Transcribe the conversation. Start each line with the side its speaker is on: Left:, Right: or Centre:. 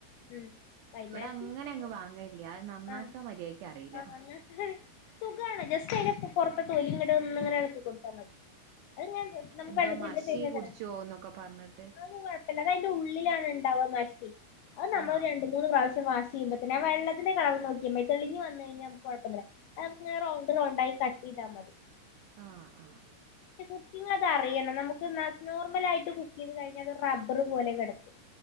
Left: ഉം വൈന്നാര്ത്ത്നെന്തെങ്കിലും
Right: ഇവിടെ അങ്ങനെ അങ്ങ് വാങ്ങലില്ല അത് നന്നാക്കാൻ
Left: ആ
Right: മര്യാദക്ക് അറിയില്ല
Left: ആ അങ്ങ സുഖാണ് ജസ് പൊർത്തെ തൊലി ഇങ്ങട് ഒന്ന്ങ്ങനെ എളക്കി കൊട്ത്താ മതി അത്ങ്ങനെ നമുക്ക്
Right: എന്തോ
Left: വെള്ളത്തിൽ
Right: മഷി
Left: ഇട്ട് വെച്ച് കഴിഞ്ഞാൽ
Right: കുടിച്ചോന്നൊക്കെ പറഞ്ഞിട്ട്
Left: അത് കൊഴപ്പല്ല അത് അതിന്റെ ഉള്ളിലാണ് ഉണ്ടാവാ മഷി അത് നമ്മൾ
Right: ആഹ്
Left: രണ്ട് മൂന്ന് പ്രാവശ്യം വാഷ് ചെയ്യുമ്പ തന്നെ ആ വെള്ളത്തിന്റെ കളറ് നോക്കിയാ മതി തെളിഞ്ഞു വന്ന് കഴിഞ്ഞാ കൊഴപ്പല്ല <unintelligible> കട്ട്യ്താ മതി
Right: ആ ആ
Left: പക്ഷെ കുക്കിംഗ് അത് അറിയണം നമുക്ക് നോർമലായിട്ട് കുക്ക് ചെയ്ത് കഴിഞ്ഞാ അത് റബ്ബർ പോലെ കെടക്കും